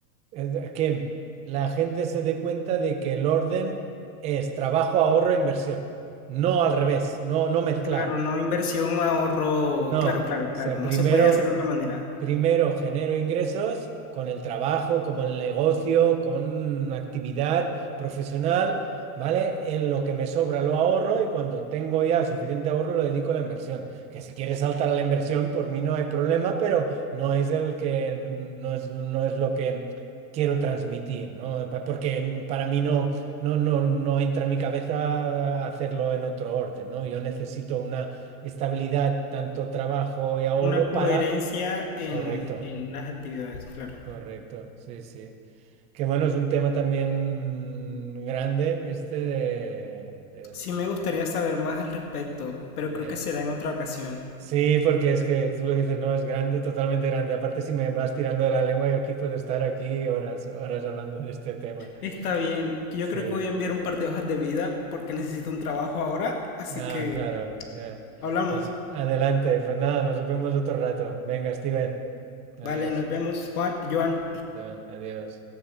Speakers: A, on the right; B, on the left.
A: eh, que la gente se dé cuenta de que el orden es trabajo, ahorro, inversión. No al revés, no, no mezclar.
B: Claro, no inversión, ahorro.
A: No,
B: Claro, claro, claro.
A: o sea,
B: No
A: primero
B: se puede hacer de otra manera.
A: Primero genero ingresos con el trabajo, como el negocio, con una actividad profesional, ¿vale? En lo que me sobra lo ahorro y cuando tengo ya suficiente ahorro lo dedico a la inversión. Que si quieres saltar a la inversión, por mí no hay problema, pero no es el que, no es, no es lo que quiero transmitir, ¿no? Pa- Porque para mí no, no, no, no entra en mi cabeza hacerlo en otro orden, ¿no? Yo necesito una estabilidad, tanto trabajo y ahorro
B: Una coherencia
A: para
B: en,
A: Correcto,
B: en las actividades, claro.
A: correcto, sí, sí. Que bueno, es un tema también grande este de, del
B: Sí me gustaría saber más al respecto, pero
A: día.
B: creo que será en otra ocasión.
A: Sí, porque es que tú lo dices, no, es grande, totalmente grande. Aparte, si me vas tirando de la lengua, yo aquí puedo estar aquí horas, horas hablando de este tema.
B: Está bien, que
A: Sí,
B: yo creo que voy a enviar un par de hojas de vida porque necesito un trabajo ahora, así
A: ah,
B: que
A: claro. ya.
B: hablamos.
A: Pues adelante, pues nada, nos vemos otro rato. Venga, Steven, adiós.
B: Vale, nos vemos, Juan, Joan.
A: John, adiós.